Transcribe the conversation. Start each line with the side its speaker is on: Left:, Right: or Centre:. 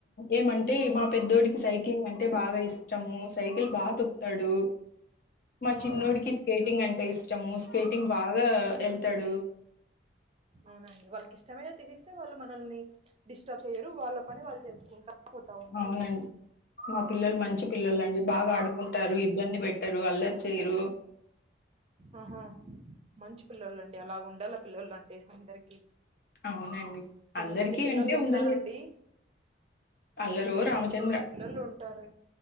Left: ఏమంటే మా పెద్దోడికి సైకిలింగ్ అంటే బాగా ఇష్టమూ సైకిల్ బాగా తొప్పు తడు మా చిన్నడికి
Right: అవునా అండి
Left: స్కేటింగ్
Right: ఆహా
Left: అంటే ఇష్టము స్కేటింగ్ బాగా ఆ
Right: ఉమ్,
Left: ఎళ్తాడు
Right: అవునండి వాళ్ళకి ఇష్టమైన తీసిస్తే వాళ్ళు మనల్ని డిస్టర్బ్ చేయరు రు వాళ్ళ పని వాళ్ళు చేసుకుంటా పోతా ఉంటాంటారు
Left: అవునండి మా పిల్లలు మంచి పిల్లలు అండి బాగా ఆడుకుంటారు ఇబ్బంది పెట్టరు అల్లరి చేయరు
Right: ఆహా మంచి పిల్లలండి అలా ఉండాల పిల్లలు అంటే అందరికి
Left: అవునండి
Right: కొంతమంది
Left: అందరికీ
Right: పిల్లలు
Left: అంటే
Right: ఉంటారండి
Left: ఉండలేదు
Right: అవునండి
Left: అల్లరో రామచంద్ర
Right: కొంతమంది పిల్లలు ఉంటారు